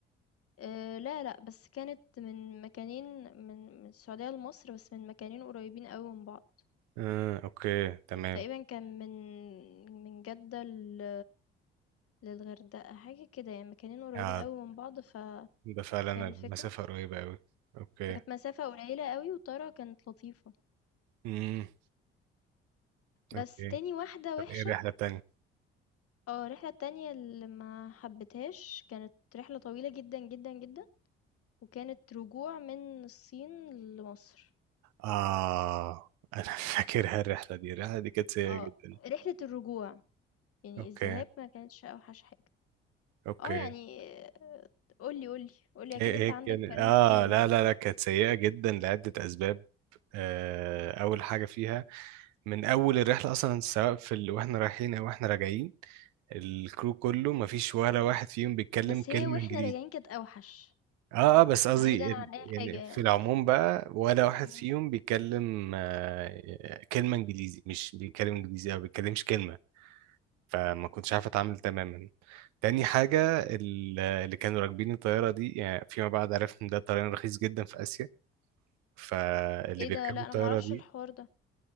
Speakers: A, on the left; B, on the right.
A: آه لا لا بس كانت من مكانين من من السعودية لمصر بس من مكانين قريبين قوي من بعض
B: آه، اوكي تمام
A: تقريبًا كان من من جدة لل للغردقة، حاجة كده يعني مكانين قريبين
B: آه،
A: أوي من بعض ف
B: ده فعلا
A: فاهم
B: المسافة
A: الفكرة؟
B: قريبة أوي اوكي
A: فكانت مسافة قليلة أوي والطيارة كانت لطيفة،
B: امم اوكي
A: بس تاني واحدة
B: طب
A: وِحشة
B: ايه الرحلة التانية؟
A: آه، الرحلة التانية اللي ما حبيتهاش كانت رحلة طويلة جدًا، جدًا، جدًا، وكانت رجوع من الصين لمصر.
B: اه انا <laughs> فاكرها الرحلة دي الرحلة دي كانت سيئة
A: آه،
B: جدا
A: رحلة الرجوع، يعني
B: اوكي
A: الذهاب ما كانتش أوحش حاجة.
B: اوكي
A: آه، يعني قُل لي، قُل لي، قُل لي أكيد
B: ايه
A: أنت
B: ايه
A: عندك
B: كان
A: كلام
B: اه
A: كتير
B: لا
A: يعني.
B: لا لا كانت سيئة جدا لعدة اسباب آه، اول حاجة فيها من اول الرحلة اصلا سواء في ال... واحنا رايحين او واحنا راجعين الكرو كله مفيش ولا واحد فيهم بيتكلم
A: بس
B: كلمة
A: هي واحنا
B: انجليزي
A: راجعين كانت اوحش
B: اه اه بس قصدي
A: بعيدا
B: ال-
A: عن اي
B: يعني
A: حاجة يعني
B: في العموم بقى ولا واحد
A: مم.
B: فيهم بيتكلم آه، كلمة انجليزي مش بيتكلم انجليزي او بيتكلمش كلمة فما كنتش عارف اتعامل تماما تاني حاجة ال- اللي كانوا راكبين الطيارة دي يعني فيما بعد عرفت ان ده طيران رخيص جدا في اسيا فاللي
A: ايه
B: بيركبوا
A: ده لا
B: الطيارة
A: انا معرفش
B: دي
A: الحوار ده